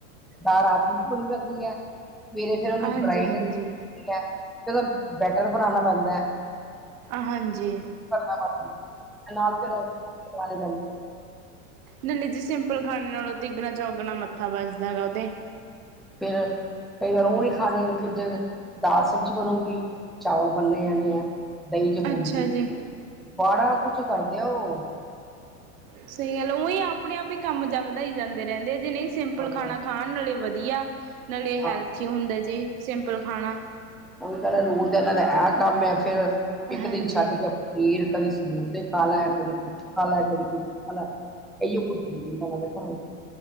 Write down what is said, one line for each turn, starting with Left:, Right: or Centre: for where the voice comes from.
Centre: ਦਾਲ ਰਾਤ ਨੂੰ ਘੁਲ ਜਾਂਦੀ ਐ। ਸਵੇਰੇ ਫਿਰ ਉਹਨੂੰ
Right: ਹਾਂਜੀ
Centre: ਗ੍ਰਾਈੰਡ
Right: ਹਾਂਜੀ
Centre: <inaudible> ਫਿਰ ਉਹਦਾ ਬੈਟਰ ਬਣਾਣਾ ਪੈਂਦੈ।
Right: ਹਾਂਜੀ।
Centre: ਫੜਨਾ <unintelligible> ਨਾਲ ਫਿਰ, ਗੁਰਦੁਆਰੇ ਜਾਂਦੇ।
Right: ਨਹੀਂ-ਨਹੀਂ ਜੀ, ਸਿੰਪਲ ਖਾਣੇ ਨਾਲੋਂ ਤਿਗਣਾ-ਚੌਗਣਾ ਮੱਥਾ ਬਚਦਾ ਗਾ ਓਹਦੇ।
Centre: ਫੇਰ ਕਈ ਵਾਰ ਓ ਨਹੀਂ ਖਾਣੇ, ਫਿਰ ਜੇ ਦਾਲ, ਸਬਜ਼ੀ ਬਣੂਗੀ ਚਾਵਲ ਬਣਨੇ ਆਣੇ ਆ। ਦਹੀਂ'ਚ ਬੂਂਦੀ,
Right: ਅੱਛਾ ਜੀ
Centre: ਬਾੜਾ ਕੁਛ ਕਰਦੇ ਆ ਓ।
Right: ਸਹੀ ਗੱਲ ਉਂਈ ਆਪਣੇ-ਆਪ ਹ ਕੰਮ ਜਾਂ ਵਧਾਈ ਜਾਂਦੇ ਨੇਂ, ਰਹਿੰਦੇ ਜੇ, ਨਹੀਂ ਸਿੰਪਲ
Centre: ਹਾਂ
Right: ਖਾਣਾ ਖਾਣ ਨਾਲੇ ਵਧੀਆ, ਨਾਲੇ ਹੈਲਥੀ
Centre: ਹਾਂ
Right: ਹੁੰਦਾ ਜੇ, ਸਿੰਪਲ ਖਾਣਾ।
Centre: ਉਹੀ ਗੱਲ ਰੂਲ ਦਾ ਇਹਨਾਂ ਦਾ ਆ ਕੰਮ ਐ, ਫੇਰ ਇੱਕ
Right: ਹਾਂਜੀ
Centre: ਦਿਨ ਛੱਡਕੇ ਖੀਰ ਕਦੀ ਸਮੋਸੇ ਖਾਲੈ, ਕਦੀ ਕੁਛ ਖਾਲੈ, ਕਦੀ ਕੁਛ ਖਾਲੈ। ਏਈਓ ਕੁੱਛ ਚਲੀ ਜਾਂਦਾ, ਉਹਨਾਂ ਘਰ'ਚ।